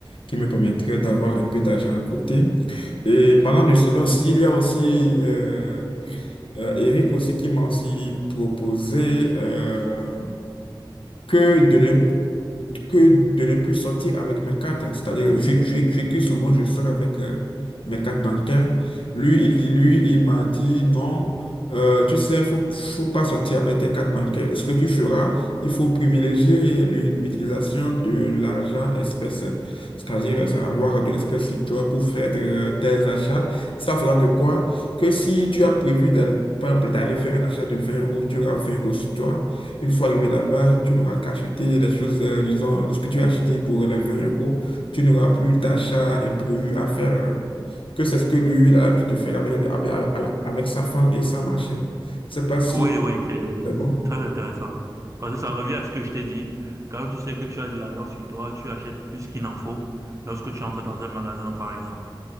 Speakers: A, on the left; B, on the right.
A: qui me permettrait d'avoir un peu d'argent à côté. Et parlant de cela aussi, il y a aussi euh, euh, Eric aussi qui m'a aussi proposé euh, que de ne que de ne plus sortir avec mes cartes. C'est-à-dire, vu, vu- vu que souvent je sors avec euh, mes cartes bancaires, lui, il, lui, il m'a dit non, euh, tu sais, il faut, faut pas sortir avec tes cartes bancaires. Ce que tu feras, il faut privilégier l'u- l'utilisation de l'argent espèce, c'est-à-dire ça, avoir de l'espèce sur toi pour faire euh, tes achats. Ça fera que quoi? Que si tu as prévu d'aller, par exemple, d'aller faire un achat de 20 euros, tu auras 20 euros sur toi. Une fois arrivé là-bas, tu n'auras qu'à acheter les choses, euh, disons, ce que tu as acheté pour les 20 euros. Tu n'auras plus d'achat imprévu à faire, euh, que c'est ce que lui, il a l'habitude de faire avec, avec, avec- avec sa femme et sa machine. Je ne sais pas si
B: Oui, oui, c'est
A: c'est bon.
B: c'est très intéressant. Parce que ça revient à ce que je t'ai dit. Quand tu sais que tu as de l'argent sur toi, tu achètes plus qu'il n'en faut lorsque tu entres dans un magasin, par exemple.